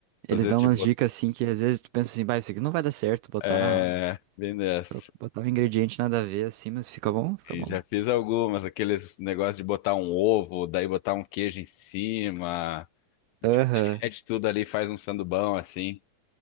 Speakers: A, on the right; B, on the left.
A: Eles
B: Às vezes,
A: dão
B: tipo,
A: umas dicas assim que às vezes tu pensa assim, bah, isso aqui não vai dar certo botar,
B: é, bem dessa.
A: tro- botar um ingrediente nada a ver assim, mas fica bom, fica
B: E
A: bom.
B: já fiz algumas, aqueles negócios de botar um ovo, daí botar um queijo em cima,
A: Aham.
B: tipo, derrete tudo ali, faz um sandubão, assim.